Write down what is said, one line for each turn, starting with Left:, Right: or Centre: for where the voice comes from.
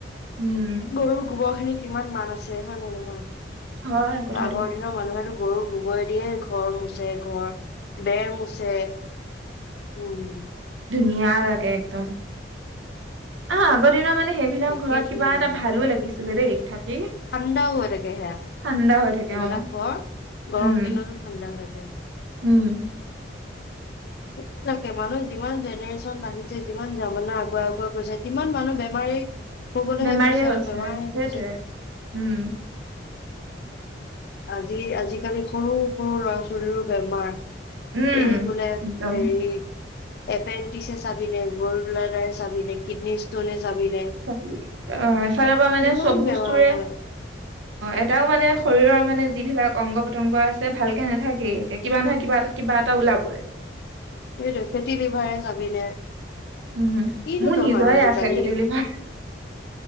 Right: উম
Left: গৰুৰ গোবৰ খিনিক কিমান মান আছে হয়নে নহয়।
Right: হয় কথাটো
Left: আগৰ দিনৰ মানুহে গৰু গোবৰ দিয়ে ঘৰ মুচা ঘৰ বেৰ মুচে উম,
Right: দুনিয়া লাগে একদম, অ আগৰ দিনৰ মানে সেইবিলাক
Left: দেখিয়ে
Right: ঘৰত
Left: ধুনীয়া
Right: কিবা
Left: লাগে
Right: এটা ভালো লাগিছিলে দেই। থাকি
Left: ঠাণ্ডাও হৈ থাকে সেয়া
Right: ঠাণ্ডা হৈ থাকে
Left: সেইবিলাক
Right: অ
Left: ঘৰ গৰম
Right: উম
Left: দিনত ঠাণ্ডা হৈ থাকে।
Right: উম
Left: এই নাক মানুহ, যিমান জেনেৰেশ্যন বাঢ়ি যিমান জামা আগুৱাই আগুৱাই গৈছে কিমান মানুহ বেমাৰী হবলৈহে
Right: বেমাৰীয়ে
Left: গৈছে
Right: হৈছে
Left: আৰু বেমাৰহে হৈছে
Right: সেইটোৱে উম,
Left: আজি আজিকালি সৰু, সৰু ল'ৰা ছোৱালীৰো বেমাৰ।
Right: উম
Left: এই বোলে
Right: একদম
Left: হেৰি। এপেণ্ডিক চাবি নে গ'ল্ড ব্লাডাৰ চাবি নে কিডনী ষ্টনে চাবিনে
Right: অ এফালৰ পৰা মানে
Left: কিমান
Right: চব
Left: বেমাৰ
Right: বস্তুৰে
Left: হয়
Right: অ, এটাও মানে শৰীৰৰ মানে যিবিলাক অংগ পতংগ আছে ভালকে নাথাকেই কে কিবা নহয় কিবা এটাত কিবা এটা ওলাবই।
Left: সেইটো ফেটি লিভাৰে চাবিনে
Right: উম,
Left: কিনো
Right: মোৰ
Left: নহয়
Right: নিজৰে
Left: আজিকালি
Right: আছে ফেটি লিভাৰ।